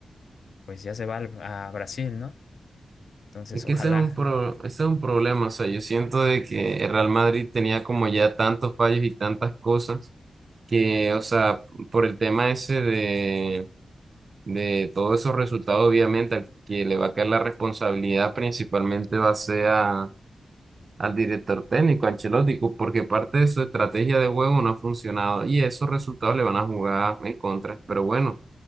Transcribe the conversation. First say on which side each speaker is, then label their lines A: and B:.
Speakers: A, on the left; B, on the right.
A: pues ya se va al- a Brasil, ¿no? Entonces,
B: es que
A: ojalá.
B: ese es un pro- ese es un problema, o sea, yo siento de que el Real Madrid tenía como ya tantos fallos y tantas cosas que, o sea, por el tema ese de todos esos resultados, obviamente, al que le va a caer la responsabilidad principalmente va a ser a- al director técnico, a Ancelotti, cu- porque parte de su estrategia de juego no ha funcionado y esos resultados le van a jugar en contra. Pero bueno,